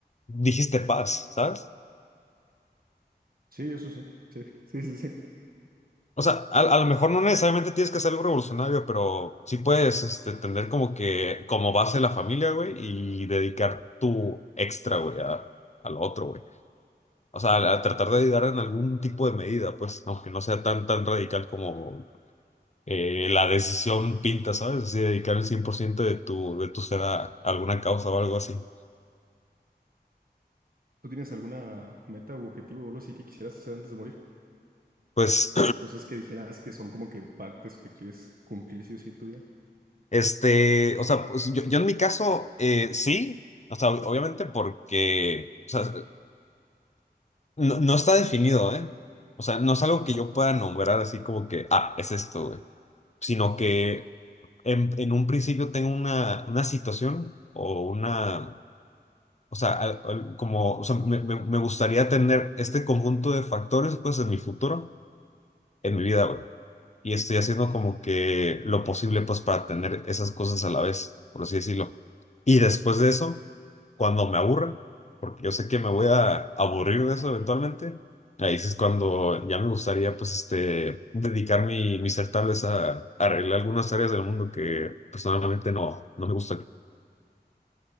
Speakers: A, on the left; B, on the right.
A: dijiste paz, ¿sabes?
B: Sí, eso sí. Sí, sí, sí, sí.
A: O sea, a, a lo mejor no necesariamente tienes que hacer algo revolucionario, pero sí puedes este, tener como que como base la familia, güey, y dedicar tu extra, güey, a, a lo otro, güey. O sea, a, a tratar de ayudar en algún tipo de medida, pues, aunque no sea tan, tan radical como eh, la decisión pinta, ¿sabes? Así, dedicar el 100% de tu, de tu ser a alguna causa o algo así.
B: ¿Tú tienes alguna meta u objetivo o algo así que quisieras hacer antes de morir?
A: Pues,
B: Cosas que dijeras que son como que partes que quieres cumplir sí o sí en tu vida.
A: <clears throat> este, o sea, pues yo, yo en mi caso, eh, sí, o sea, obviamente porque... O sea, No, no está definido, ¿eh? O sea, no es algo que yo pueda nombrar así como que, ah, es esto, güey. Sino que en, en un principio tengo una, una situación o una, o sea, al- al- como, o sea, me, me- me gustaría tener este conjunto de factores, pues, en mi futuro, en mi vida, güey. Y estoy haciendo como que lo posible, pues, para tener esas cosas a la vez, por así decirlo. Y después de eso cuando me aburra, porque yo sé que me voy a aburrir de eso eventualmente, ahí sí es cuando ya me gustaría, pues, este, dedicar mi, mi ser tal vez a, arreglar algunas áreas del mundo que personalmente no, no me gustan.